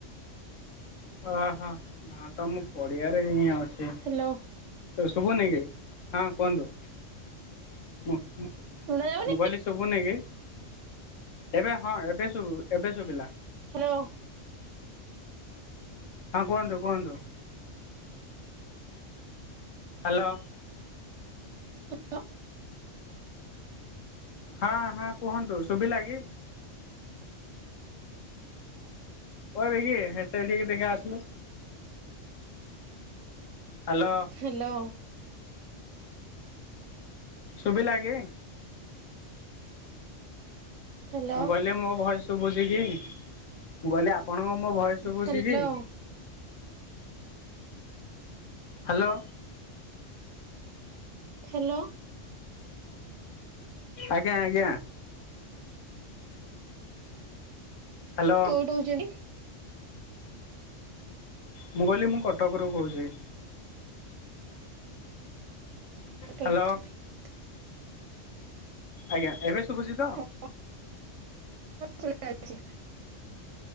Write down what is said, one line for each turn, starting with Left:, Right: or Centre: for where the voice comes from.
Left: ଓହୋ ନା ତ ମୁଁ ପଡି଼ଆରେ ହିଁ ଅଛି।
Right: ହ୍ୟାଲୋ।
Left: ଶୁଭୁନି କି ହଁ କୁହନ୍ତୁ। ମୁଁ
Right: ଶୁଣା ଯାଉନି
Left: କହିଲି ଶୁଭୁନି କି? ଏବେ ହଁ ଏବେ ଶୁଭୁ ଏବେ ଶୁଭିଲା।
Right: ହ୍ୟାଲୋ
Left: ହଁ କୁହନ୍ତୁ କୁହନ୍ତୁ ହ୍ୟାଲୋ
Right: ହ <inaudible>
Left: ହଁ ହଁ କୁହନ୍ତୁ ଶୁଭିଲା କି? କହିବ କି ସେଠିକି ଟେ ଆସିଲୁ। ହ୍ୟାଲୋ
Right: ହ୍ୟାଲୋ
Left: ଶୁଭିଲା କି
Right: ହ୍ୟାଲୋ
Left: ମୁଁ କହିଲି ମୋ ଭୟସ ଶୁଭୁଛି କି ମୁଁ କହିଲି ଆପଣଙ୍କୁ ମୋ ଭୟସ ଶଭୁଛି
Right: ହ୍ୟାଲୋ
Left: କି? ହ୍ୟାଲୋ
Right: ହ୍ୟାଲୋ
Left: ଆଜ୍ଞା ଆଜ୍ଞା ହ୍ୟାଲୋ
Right: କୋଉଠୁ କହୁଛନ୍ତି
Left: ମୁଁ କହିଲି ମୁଁ କଟକରୁୁ କହୁଛି।
Right: କଟକ୍
Left: ହ୍ୟାଲୋ ଆଜ୍ଞା ଏବେ ଶୁଭୁଛି ତ?
Right: ହଁ ଶ <inaudible> ଅଛି